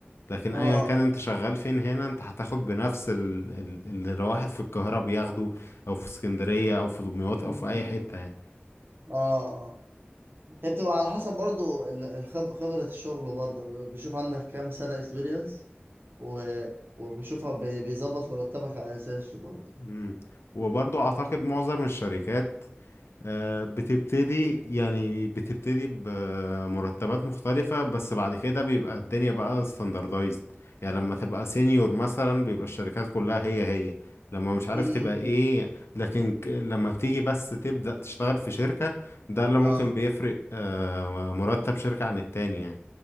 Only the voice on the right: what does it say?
اه
اه
مم.
اه اه هي بتبقى على حسب برضو ال- الخب... خبرة الشغل برضو بيشوف عندك كام سنة اكسبيرينس و... وبيشوفها بي... بيظبط مرتبك على اساسه برضو
امم
اه